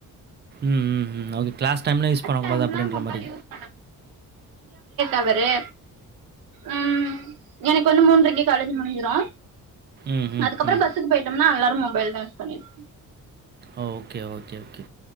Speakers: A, on the right; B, on the right.
A: ம் ம் ம் ஓகே கிளஸ் டைம்ல யூஸ் பண்ணக்கூடாது
B: டைம்லா
A: அப்டின்ற
B: மொபைல்
A: மாரி
B: யூஸ் அவரு ம் <unintelligible> எனக்கு வந்து மூன்ரைக்கு காலேஜ் முடிஞ்சிரு
A: ம், ம்,
B: அதுக்கப்பறோ
A: ம்.
B: பஸ் ஸுக்கு போய்ட்டோம்னா எல்லாரு மொபைல்தா யூஸ் பண்ணிட்டு
A: ஓ ஓகே ஓகே ஓகே